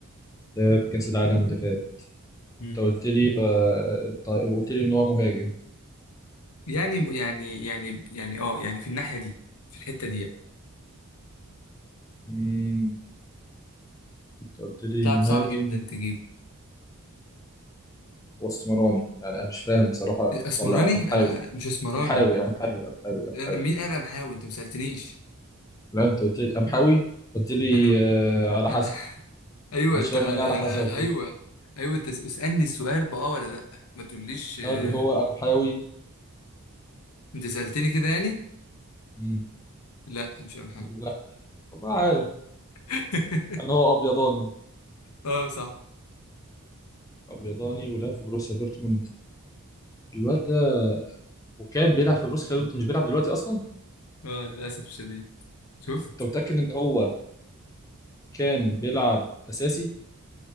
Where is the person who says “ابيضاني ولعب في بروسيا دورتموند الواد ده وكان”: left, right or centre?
Left